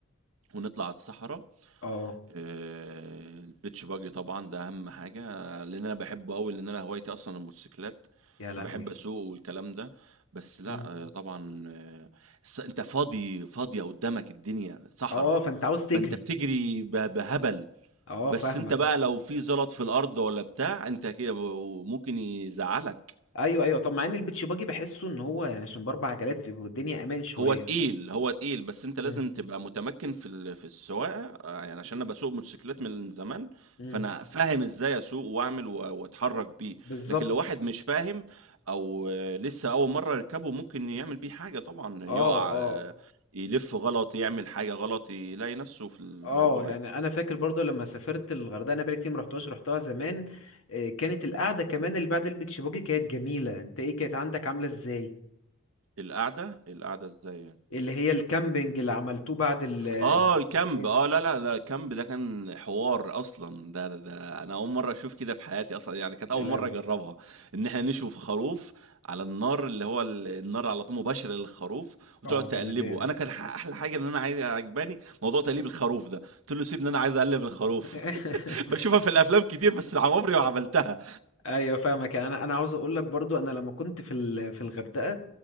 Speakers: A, on the right; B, on the left.
A: ونطلع على الصحرا
B: اه
A: آه، البيتش باجي طبعا ده اهم حاجه لان انا بحبه قوي لان انا هوايتي اصلا الموتوسيكلات
B: يا لهوي
A: فبحب اسوق والكلام ده بس لا
B: مم.
A: آه، طبعا آه، الس- انت فاضي فاضيه قدامك الدنيا صحراء
B: اه فانت عاوز تجري
A: فانت بتجري ب- بهبل
B: اه
A: بس
B: فاهمك
A: انت بقى لو في زلط في الارض ولا بتاع انت كده ممكن يزعلك
B: ايوه ايوه طب مع ان البيتش باجي بحسه ان هو يعني عشان باربع عجلات بيبقى الدنيا امان شوية
A: هو تقيل هو تقيل بس انت لازم
B: مم.
A: تبقى متمكن في ال- في السواقه آه، يعني عشان انا بسوق موتوسيكلات من زمان
B: مم.
A: فانا فاهم ازاي اسوق واعمل و- واتحرك بيه
B: بالظبط
A: لكن لو واحد مش فاهم او آه، لسه اول مره يركبه ممكن يعمل بيه حاجه طبعا
B: اه
A: يقع
B: اه
A: آه، يلف غلط يعمل حاجه غلط يلاقي نفسه في الباي
B: اه
A: باي
B: يعني انا فاكر برضو لما سافرت الغردقة انا بقالي كتير ما رحتهاش رحتها زمان آه، كانت القعدة كمان اللي بعد البيتش باجي كانت جميلة انت ايه كانت عندك عاملة ازاي
A: القعده القعده ازاي يعني؟
B: اللي هي الكامبينج اللي عملتوه بعد ال
A: اه
B: <laughs> في
A: الكامب
B: السفاري
A: اه لا لا ده الكامب ده كان حوار اصلا ده, ده ده انا اول مره اشوف كده في حياتي اصلا يعني كانت
B: يا
A: اول
B: لهوي
A: مره اجربها ان احنا نشوي خروف على النار اللي هو ال- النار على طول مباشره للخروف وتقعد
B: اه
A: تقلبه
B: جمدان
A: انا كان ح- احلى حاجه ان انا عايز عجباني موضوع تقليب الخروف ده قلت له سيبني انا عايز اقلب الخروف
B: <laughs>
A: <laughs> بشوفها في الافلام كتير بس عمري ما عملتها
B: ايوه فاهمك يعني انا انا عاوز اقول لك برضو انا لما كنت في ال- في الغردقه